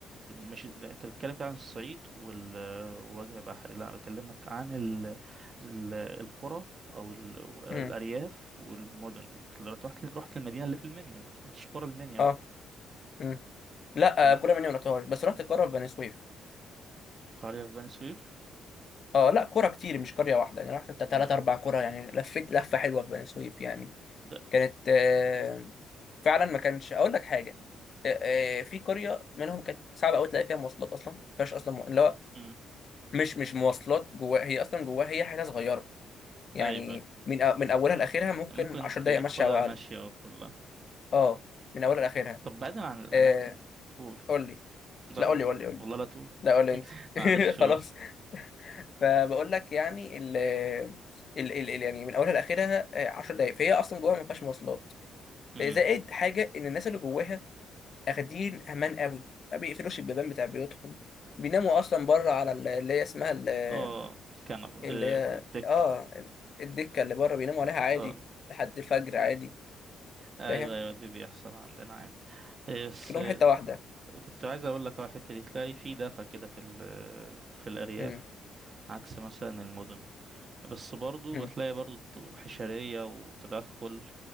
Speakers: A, on the right; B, on the left.
A: مش لا، انت بتتكلم كده عن الصعيد والوجه بحري لا انا بكلمك عن ال... ال... القرى او ال... الارياف
B: مم.
A: والمدن انت لو رحت رحت المدينه اللي في المنيا ما تروحتش قرى المنيا
B: اه
A: بقى
B: مم. لا
A: فاهم
B: آه، كرة المنيا ما رحتهاش بس رحت القرى في بني سويف
A: قريه في بني سويف
B: اه لا كرة كتير مش قرية واحدة يعني رحت بتاع
A: مم.
B: تلات أربع كرة يعني لفيت لفة حلوة في بني سويف يعني
A: لا
B: كانت آه، فعلا ما كانش أقول لك حاجة آه، آه، في قرية منهم كانت صعبة أوي تلاقي فيها مواصلات أصلا ما فيهاش أصلا مو- اللي هو
A: مم.
B: مش مش مواصلات جواها هي أصلا جواها هي حتة صغيرة يعني
A: ايوه أيوة.
B: من أ- من أولها لآخرها ممكن
A: ممكن
B: 10
A: تاخدها
B: دقايق مشي أو أقل
A: ماشيه كلها
B: اه من أولها لآخرها
A: طب بعيدا عن الاماكن
B: آه،
A: قول
B: قول لي
A: لا
B: لا
A: قول
B: قول لي قول لي قول لي
A: والله لا تقول
B: لا قول لي انت
A: <laughs> معلش
B: <laughs>
A: قول
B: خلاص فبقول لك يعني ال ال ال ال- يعني من اولها لاخرها آه، 10 دقائق فهي اصلا جواها ما فيهاش مواصلات
A: مم.
B: آه، زائد حاجه ان الناس اللي جواها اخدين امان قوي ما بيقفلوش البيبان بتاع بيوتهم بيناموا اصلا بره على ال- اللي هي اسمها ال-
A: اه كنبه
B: اللي
A: آه،
B: هي
A: الدك
B: اه الدكه اللي بره بيناموا
A: <laughs>
B: عليها عادي
A: اه
B: لحد الفجر عادي
A: ايوه
B: فاهم
A: ايوه دي بيحصل عندنا عادي إيه، بس
B: كلهم
A: إيه،
B: حته واحده
A: كنت عايز اقول لك على الحته دي تلاقي في دفع كده في ال- في الارياف
B: مم.
A: عكس مثلا المدن بس برضو
B: مم.
A: هتلاقي برضو حشريه وتدخل